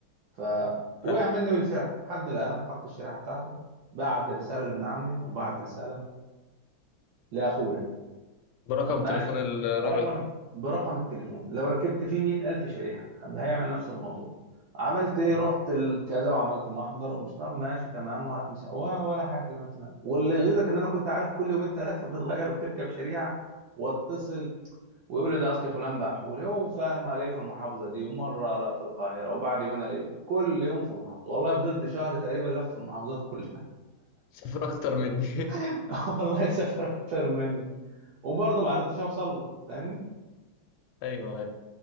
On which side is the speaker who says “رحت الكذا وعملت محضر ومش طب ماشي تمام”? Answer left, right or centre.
Right